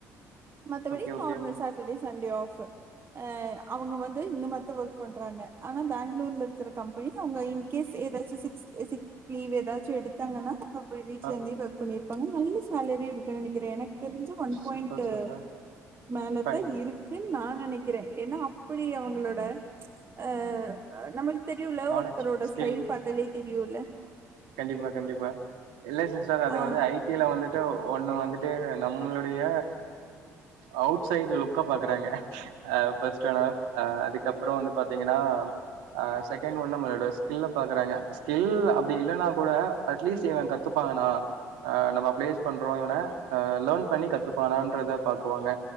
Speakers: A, on the right (about 35°); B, on the right (about 85°).
A: மத்தபடி
B: okay okay
A: normal
B: okay
A: Saturday Sunday off அ அவங்க வந்து இந்த மத் தா ஒர்க் பண்றாங்க ஆனா பெங்களூர்ல இருக்குற கம் பனி அவங்க இன்கேஸ் ஏதாச்சு சிக்ஸ் சிக் லீவ் ஏதாச்சு எடுத் தாங்கன்னா இப்ப வீட்டுல
B: ஆ
A: இருந்தே ஒர்க் பண்ணிருப்பாங்க நல்ல சேலரியு இருக்குன்னு நெனைக்கிறே எனக் தெருஞ்சு ஒன் பாய்ண்ட்டு
B: சூப்பர் சூப்பர்
A: மேல
B: ஃபைன்
A: இருக்குன் நா நெனைக்கிறே ஏனா அப்புடி அவுங்குளோட ஆ அ நம்மளு தெரியுல
B: நாலேஜ்
A: ஒருத்தரோட
B: ஸ்கில்
A: ஸ்டைல் பாத்தாலே தெரியுல
B: கண்டிப்பா கண்டிப்பா இல்ல சிஸ்டர் அது
A: ஆ
B: வந்து ஐ டி ல வந்து தோ ஒன்னு வந்துட்டு நம்ளுடைய அவுட் சைடு லுக்க பாக்குறாங்க ஆ ஃபஸ்ட்டெனாஃப் ஆ அதுக்கப்பறோ வந்து பாத்தீங்கனா ஆ செக் கென் ஒன் நம்மளோட ஸ்கில்ல பாக்குறாங்க ஸ்கில் அப்டி இல்லனா கூட அட்லீஸ்ட் இவன் கத்துப்பாங்கனா அ நம்ம ப்ளேஸ் பண்றோ இவன அ லேன் பண்ணி கத்துப்பானான்றத பாக்குவாங்க